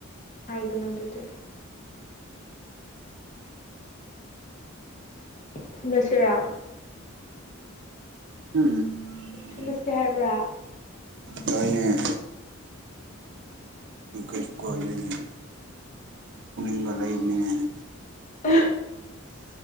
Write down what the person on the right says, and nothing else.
ꯎꯝ
ꯗꯣꯏꯅ ꯑꯩ ꯀꯣꯣꯏꯗꯅꯤ ꯒ ꯂꯩꯕꯅꯤꯅꯦ